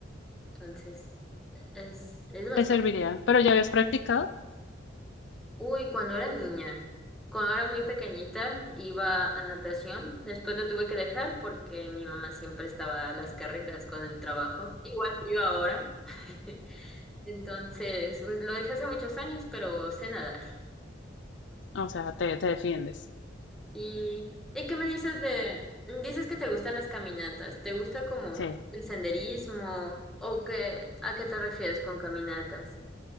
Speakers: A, in the centre; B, on the left.
A: Entonces, es, es bastante...
B: te serviría, pero ya habías practicado,
A: Uy, cuando era niña, cuando era muy pequeñita, iba a natación, después lo tuve que dejar porque mi mamá siempre estaba a las carreras con el trabajo, igual que yo ahora. <laughs> Entonces, pues lo dejé hace muchos años, pero sé nadar.
B: o sea, te, te defiendes,
A: ¿Y, ¿y qué me dices de... Dices que te gustan las caminatas. ¿Te gusta como
B: sí,
A: el senderismo? ¿O qué, a qué te refieres con caminatas?